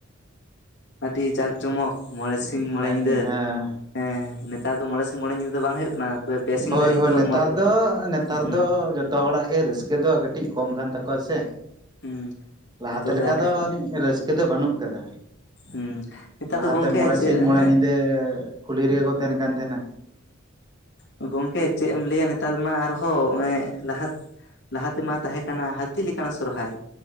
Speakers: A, on the left; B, on the right.
A: ᱟᱹᱰᱤ ᱡᱟᱠ ᱡᱚᱢᱚᱠ ᱢᱚᱬᱮ ᱥᱤᱧ ᱢᱚᱬᱮ ᱧᱤᱫᱟᱹ
B: ᱦᱮᱸ
A: ᱦᱮᱸ ᱱᱮᱛᱟᱨ ᱫᱚ ᱢᱚᱬᱮ ᱥᱤᱧ ᱢᱚᱬᱮ ᱧᱤᱫᱟᱹ ᱫᱚ ᱵᱟᱝ ᱦᱩᱭᱩᱜ ᱠᱟᱱᱟ ᱛᱚᱵᱮ ᱯᱮ ᱥᱤᱧ
B: ᱦᱳᱭ
A: ᱫᱷᱟᱹᱨᱤᱡ
B: ᱦᱳᱭ
A: ᱫᱚ
B: ᱱᱮᱛᱟᱨ
A: ᱢᱚᱸᱡᱽ
B: ᱫᱚ ᱱᱮᱛᱟᱨ
A: ᱦᱩᱸ
B: ᱫᱚ ᱡᱚᱛ ᱡᱚᱛᱚ ᱦᱚᱲᱟᱜ ᱜᱮ ᱨᱟᱹᱥᱠᱟᱹ ᱫᱚ ᱠᱟᱹᱴᱤᱡ ᱠᱚᱢ ᱠᱟᱱ ᱛᱟᱠᱚᱣᱟ ᱥᱮ
A: ᱦᱩᱸ
B: ᱞᱟᱦᱟᱛᱮ
A: ᱛᱚᱵᱮ
B: ᱞᱮᱠᱟ
A: ᱟᱞᱮ
B: ᱫᱚᱱᱤᱡ ᱨᱟᱹᱥᱠᱟᱹ ᱫᱚ ᱵᱟᱹᱱᱩᱜ ᱠᱟᱫᱟ
A: ᱦᱩᱸ ᱱᱮᱛᱟᱨ
B: ᱞᱟᱦᱟᱛᱮ
A: ᱫᱚ ᱜᱚᱝᱠᱮ
B: ᱢᱚᱬᱮ
A: ᱪᱮᱫ
B: ᱥᱤᱧ ᱢᱚᱬᱮ
A: ᱦᱮᱸ
B: ᱧᱤᱫᱟᱹ ᱠᱩᱞᱦᱤ ᱨᱮᱜᱮ ᱠᱚ ᱛᱟᱦᱮᱱ ᱠᱟᱱ ᱛᱟᱦᱮᱱᱟ
A: ᱦᱮᱸ ᱜᱚᱝᱠᱮ ᱪᱮᱫ ᱮᱢ ᱞᱟᱹᱭᱟ ᱱᱮᱛᱟᱨ ᱢᱟ ᱟᱨᱦᱚᱸ ᱞᱟᱦᱟ ᱞᱟᱦᱟ ᱛᱮᱢᱟ ᱛᱟᱦᱮᱸ ᱠᱟᱱᱟ ᱦᱟᱹᱛᱤ ᱞᱮᱠᱟᱱ ᱥᱚᱨᱦᱟᱭ